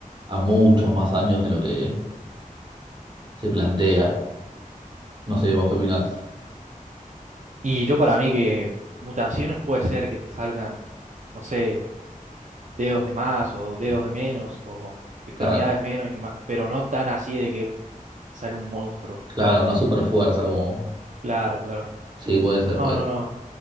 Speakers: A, on the right; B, on the right.
A: a muchos más años de lo que se plantea. No sé, vos qué opinás.
B: Y yo para mí que mutaciones puede ser que te salgan, no sé, dedos de más o dedos de menos o extremidades
A: Claro,
B: menos y más, pero no tan así de que sale un monstruo.
A: claro, no super fuerza como...
B: Claro, claro.
A: Sí, puede ser,
B: No,
A: puede
B: no,
A: ser.
B: no.